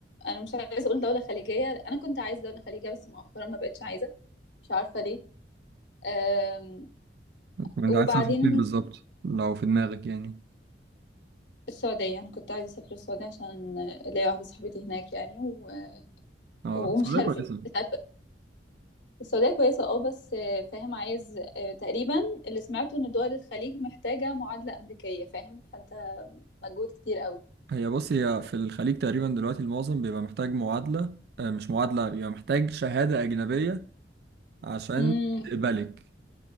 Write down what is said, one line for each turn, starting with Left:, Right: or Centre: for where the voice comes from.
Left: انا مش عايزه اقول دوله خليجيه انا كنت عايزه دوله خليجيه بس مؤخرا ما بقتش عايزه مش عارفه ليه أم،
Right: طب انت
Left: وبعدين
Right: عايز تسافري فين بالظبط لو في دماغك يعني
Left: السعوديه انا كنت عايزه اسافر السعوديه عشان ليا واحده صاحبتي هناك يعني و...
Right: اه
Left: ومش
Right: السعودية
Left: عارفه
Right: كويسة
Left: مش عارفه السعوديه كويسه اه بس آه، فاهم عايز آه، تقريبا اللي سمعته ان دول الخليج محتاجه معادله امريكيه فاهم فانت مجهود كتير قوي
Right: هي بص هي في الخليج تقريبا دلوقتي المعظم بيبقى محتاج معادلة آه، مش معادلة بيبقى محتاج شهادة أجنبية عشان
Left: مم.
Right: تقبلك